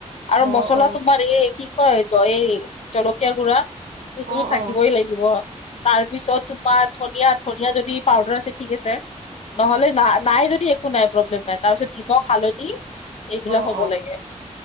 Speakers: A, on the left; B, on the right.
A: আৰু
B: অ',
A: মছলা
B: অ',
A: তোমাৰ এই কি কয় ত‌ই এই জলকীয়া গুড়া সেইটোতো
B: অ',
A: থাকিবই
B: অ',
A: লাগিব তাৰপিছত তোমাৰ ধনিয়া-ধনিয়া যদি পাউদাৰ আছে ঠিক আছে। নহলে না- নাই যদি একো নাই প্ৰব্লেম নাই তাৰপিছত নিমখ, হালধি এইবিলাক
B: অ',
A: হ'ব লাগে